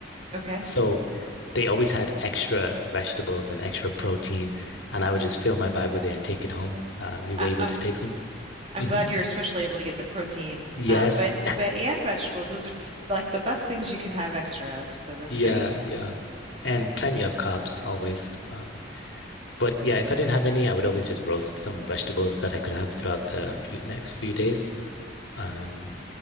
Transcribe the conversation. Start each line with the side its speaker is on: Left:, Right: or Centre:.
Right: Okay.
Left: So they always had extra vegetables and extra protein. And I would just fill my bag with it and take it home. Um, we
Right: I,
Left: were able
Right: I'm
Left: to take some
Right: I'm
Left: hmm
Right: glad you're especially able to get the protein,
Left: Yes.
Right: um, but
Left: <laughs>
Right: but and vegetables. Those are t like the best things you can have extra of. So that's
Left: Yeah,
Right: great.
Left: yeah. And plenty of carbs always. Um, but yeah, if I didn't have any, I would always just roast some vegetables that I could have throughout the few next few days. Um,